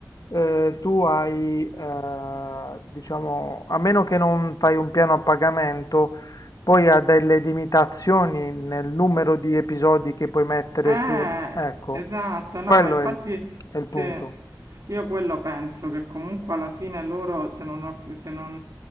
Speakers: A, on the left; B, on the right.
A: eh, tu hai, eh, diciamo, a meno che non fai un piano a pagamento, poi ha delle limitazioni nel numero di episodi che puoi mettere
B: Eh,
A: su, ecco,
B: esatto,
A: quello
B: no, ma infatti
A: è il, è
B: sì,
A: il punto.
B: Io quello penso che comunque alla fine loro, se non, ho- se non,